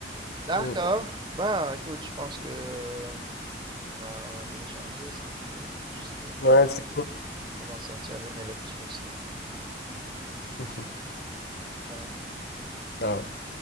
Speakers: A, on the right; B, on the left.
A: D'accord.
B: Mhm.
A: Bah, écoute, je pense que euh, On a, on a bien échangé, c'était cool. J'espère que
B: Ouais, c'est cool.
A: je vais m'en sortir avec mes lectures aussi.
B: <laughs>
A: Ciao.
B: Ah ouais.